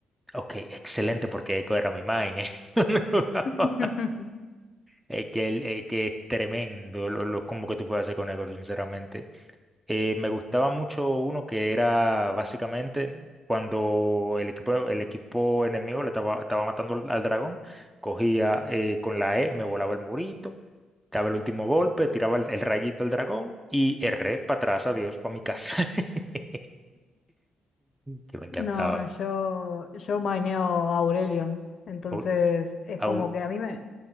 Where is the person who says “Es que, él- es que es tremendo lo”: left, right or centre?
Centre